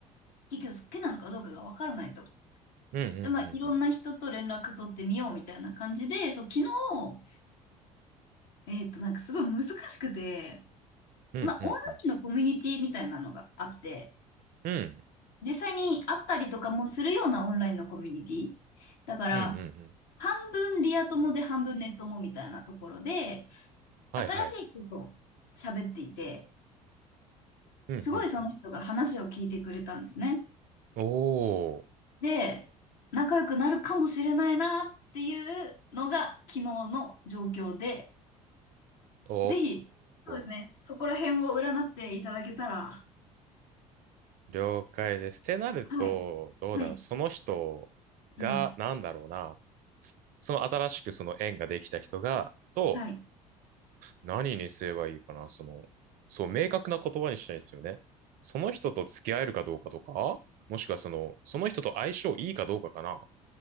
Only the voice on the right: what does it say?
うんうんうんうん。
うんうんうん。
うん
うんうんうん。
はいはい。
うんうん
うん。おー、
お
ー、
了解です。ってなると、
どうだろう。
その人が、
なんだろうな。その新しくその縁ができた人が、と、
何にすればいいかな。その、そう、明確な言葉にしたいんですよね。その人と付き合えるかどうかとか、もしくはその、その人と相性いいかどうかかな。